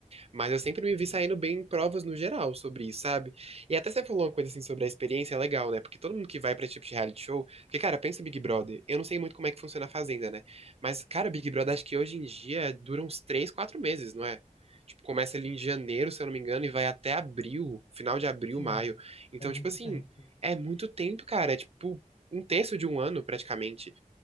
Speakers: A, on the right (about 45°); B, on the left (about 50°).
A: Mas eu sempre me vi saindo bem em provas no geral sobre isso, sabe? E até você falou uma coisa assim sobre a experiência, é legal, né? Porque todo mundo que vai pra esse tipo de reality show. Porque, cara, pensa o Big Brother. Eu não sei muito como é que funciona a Fazenda, né? Mas, cara, Big Brother acho que hoje em dia dura uns 3 4 meses, não é? Tipo, começa ali em janeiro, se eu não me engano, e vai até abril, final de abril,
B: sim.
A: maio. Então,
B: É muito
A: tipo assim,
B: tempo.
A: é muito tempo, cara. É tipo um terço de um ano, praticamente.